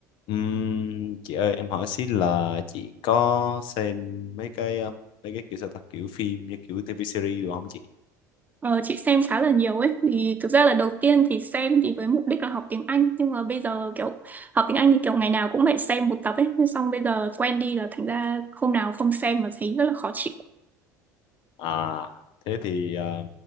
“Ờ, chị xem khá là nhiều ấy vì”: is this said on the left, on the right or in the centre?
Right